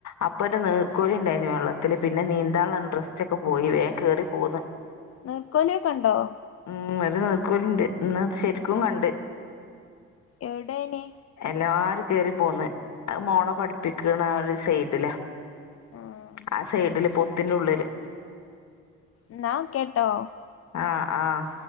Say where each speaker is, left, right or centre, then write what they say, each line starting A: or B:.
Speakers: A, on the left; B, on the left.
A: അപ്പൊ ഒര് നീർക്കോലിണ്ടായിന് വെള്ളത്തില് പിന്നെ നീന്താള ഇൻഡ്രസ്റ്റ് ഒക്കെ പോയി വേകേറി പോന്ന്
B: നീർക്കോലി ഒക്കണ്ടോ
A: ഉം ഒര് നീർക്കോലിണ്ട് ഇന്ന് ശെരിക്കും കണ്ട്
B: എവ്ടെന്
A: എല്ലാരും കേറി പോന്ന് അഹ് മോള പഠിപ്പിക്ക്ണ ഒര് സൈഡില
B: ആഹ്
A: ആ സൈഡില് പൊത്തിന്റെ ഉള്ളില്
B: ന്നാ ഒക്കേട്ടോ
A: ആഹ് ആഹ്